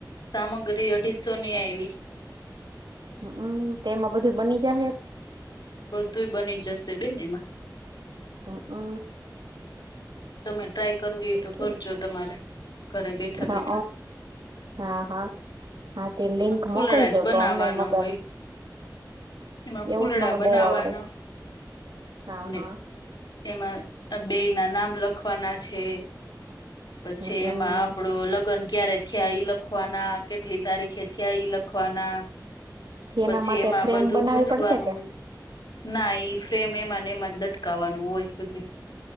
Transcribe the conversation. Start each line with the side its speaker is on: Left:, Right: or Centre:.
Left: સામગ્રી અઢીસો ની આયવી.
Right: હમ્મ તેમાં બધું બની જાહે
Left: બધુંય બની જશે બેન એમાં.
Right: હમ્મ અ
Left: તમે ટ્રાય કરવી હો તો
Right: છે
Left: કરજો તમારે ઘરે બેઠા
Right: હા
Left: બેઠા
Right: હા હા હા તે
Left: એમાં
Right: લિંક
Left: ફૂલડા
Right: મોકલજો
Left: જ બનાવવાના
Right: તો અમમે મગાવી
Left: હોય એમાં ફૂલડા
Right: એવું જ મને
Left: બનાવવાના
Right: બહવ આવડે હા
Left: ને
Right: હા
Left: એમાં બે ના નામ લખવાના છે પછી
Right: હમમ
Left: એમાં આપડો લગ્ન ક્યારે થયા ઈ લખવાના કેટલી તારીખે થયા ઈ લખવાના પછી
Right: એના માટે
Left: એમાં
Right: ફ્રેમ
Left: બધું
Right: બનાવી
Left: ગૂથવાનું
Right: પડશે કે
Left: ના એ ફ્રેમ એમાં ને એમાં જ લટકાવાનું હોય બધું